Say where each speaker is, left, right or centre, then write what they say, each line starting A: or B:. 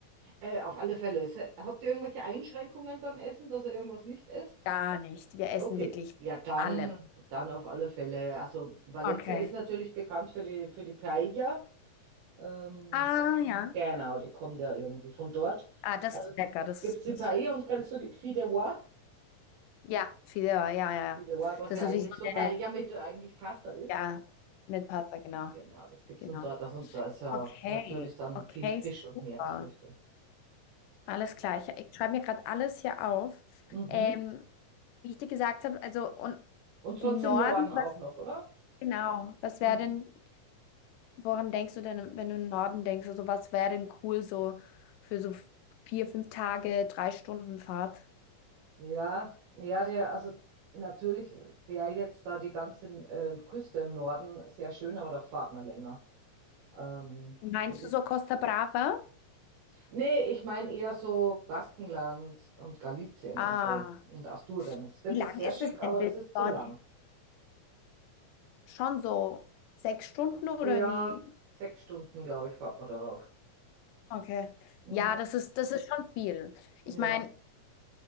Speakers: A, on the right; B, on the left.
A: Äh, auf alle Fälle. Se- Habt ihr irgendwelche Einschränkungen beim Essen, dass ihr irgendwas nicht esst?
B: Gar nicht. Wir essen
A: Okay,
B: wirklich
A: ja, dann,
B: allem.
A: dann auf alle Fälle. Also Valencia
B: Okay.
A: ist natürlich bekannt für die, für die Paella. Ähm,
B: Ah, ja.
A: genau, die kommt ja irgendwie von dort.
B: Ah, das
A: Also
B: ist lecker. Das
A: gibt
B: ist,
A: es die
B: das,
A: Paella und kannst du die Fideuà?
B: ja, Fideuá, ja, ja, ja.
A: Fideuà, was
B: Das
A: ja
B: ist
A: eigentlich
B: wie so
A: so Paella
B: eine,
A: mit äh, eigentlich Pasta ist.
B: ja, mit Pasta, genau,
A: Genau, das gibt
B: genau.
A: es und dort. Also, und da ist ja
B: Okay,
A: natürlich dann
B: okay,
A: viel Fisch und
B: super.
A: Meeresfrüchte.
B: Alles klar. Ich, ich schreibe mir gerade alles hier auf.
A: Mhm.
B: Ähm, wie ich dir gesagt habe, also und
A: Und sonst
B: im Norden,
A: im Norden
B: was
A: auch noch, oder?
B: genau, was
A: Mhm.
B: wäre denn, woran denkst du denn, wenn du im Norden denkst, also was wäre denn cool so für so vier, fünf Tage, drei Stunden Fahrt?
A: Ja, ja, der, also natürlich wäre jetzt da die ganze äh, Küste im Norden sehr schön, aber da fahrt man länger. Ähm,
B: Meinst
A: würde ich.
B: du so Costa Brava?
A: Nee, ich meine eher so Baskenland und Galizien
B: Ah.
A: und so und Asturien. Ist wirklich
B: Wie lang
A: sehr
B: ist
A: schick,
B: es
A: aber
B: denn bis
A: das ist zu
B: dorthin?
A: lang.
B: Schon so sechs Stunden oder
A: Ja,
B: wie?
A: sechs Stunden, glaube ich, fahrt man darauf.
B: Okay.
A: Mhm,
B: Ja, das ist, das ist schon viel.
A: ja.
B: Ich meine,